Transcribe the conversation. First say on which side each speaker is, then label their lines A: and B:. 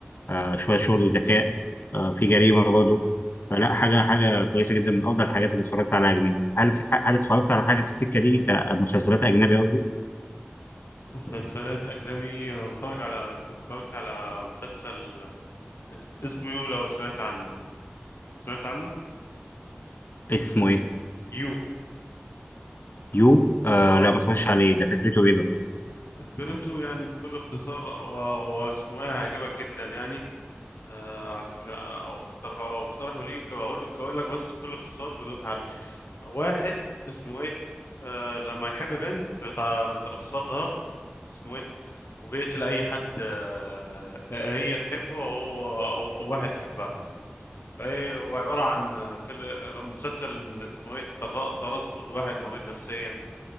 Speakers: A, on the left; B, on the left.
A: آه، شويه شغل ذكاء آه، في جريمه برضه فلا حاجه حاجه كويسه جدا من افضل الحاجات اللي اتفرجت عليها اجنبي هل في ح- هل اتفرجت على حاجه في السكه دي آه، آه، مسلسلات اجنبي قصدي
B: <laughs> مسلسلات اجنبي انا بتفرج على اتفرجت على مسلسل اسمه يو لو سمعت عنه سمعت عنه
A: اسمه ايه
B: يو
A: يو آه
B: اه
A: لا ما اتفرجش عليه ده فكرته ايه ده
B: قريته يعني بكل اختصار آه، و- واسمه ايه هيعجبك جدا يعني آه، عشان أو اقترح- أو اقترحوا لي كم- اقول لك اقول لك بس بكل اختصار بدون حرق واحد اسمه ايه آه، لما يحب بنت بيتع- بيترصدها اسمه ايه وبيقتل اي حد آه، آه، هي تحبه او أو- أو واحد يحبها فهي- هو عبارة عن آه، فيلم- آه، مسلسل اسمه ايه تر- ترصد واحد مريض نفسيا